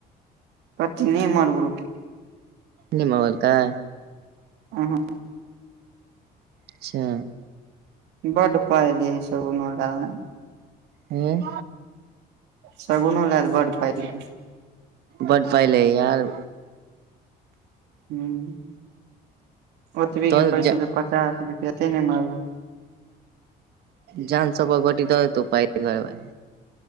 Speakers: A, on the right; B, on the right.
A: कथी नय मारबेलैकै
B: नय मरबेलकै
A: ऊ हुँ
B: अच्छा
A: बड पाय लई हइ सब उन्होडा मे
B: हुँ
A: सगुनो लेल बड्ड पाय लैय हई
B: बड्ड पाय लै हई यार
A: हुँ ओतबी
B: तोहर
A: के कहे
B: जा
A: छले पचास रुपआ ते ने मारबू
B: जान <unintelligible>